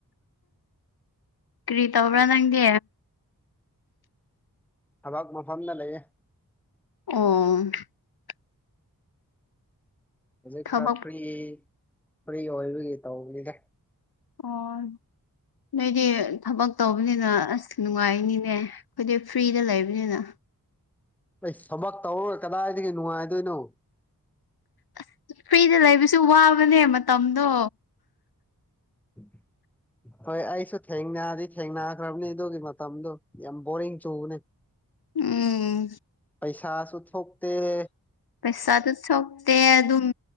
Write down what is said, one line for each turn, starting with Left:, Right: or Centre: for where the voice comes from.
Left: ꯀꯔꯤ ꯇꯧꯕ꯭ꯔꯥ
Centre: ꯑꯩꯁ
Left: ꯅꯪꯗꯤ
Centre: ꯊꯕꯛ ꯃꯐꯝꯗ ꯂꯩꯌꯦ
Left: ꯑꯣ
Centre: ꯍꯧꯖꯤꯛ
Left: ꯊꯕꯛ
Centre: ꯈꯔ ꯐ꯭ꯔꯤ ꯐ꯭ꯔꯤ ꯑꯣꯏꯕꯒꯤ ꯇꯧꯕꯅꯤꯗ
Left: ꯑꯣ ꯅꯣꯏꯗꯤ ꯊꯕꯛ ꯇꯧꯕꯅꯤꯅ ꯑꯁ ꯅꯨꯡꯉꯥꯏꯅꯤꯅꯦ ꯑꯩꯈꯣꯏꯗꯤ ꯐ꯭ꯔꯤꯗ ꯂꯩꯕꯅꯤꯅ
Centre: ꯑꯩ ꯊꯕꯛ ꯇꯧꯔꯥ ꯀꯗꯥꯏꯗꯒꯤ ꯅꯨꯡꯉꯥꯏꯗꯣꯏꯅꯣ
Left: ꯑꯁ ꯐ꯭ꯔꯤꯗ ꯂꯩꯕꯁꯨ ꯋꯥꯕꯅꯦ ꯃꯇꯝꯗꯣ
Centre: <unintelligible> ꯍꯣꯏ ꯑꯩꯁꯨ ꯊꯦꯡꯅꯗꯤ ꯊꯦꯡꯅꯈ꯭ꯔꯕꯅꯤ ꯑꯗꯨꯒꯤ ꯃꯇꯝꯗꯨꯣ ꯌꯥꯝ ꯕꯣꯔꯤꯡ ꯆꯨꯕꯅꯦ
Left: ꯎꯝ
Centre: ꯄꯩꯁꯥꯁꯨ ꯊꯣꯛ ꯊꯣꯛꯇ‌ꯦ
Left: ꯄꯩꯁꯥꯗꯨ ꯊꯣꯛꯇꯦ ꯑꯗꯨꯝ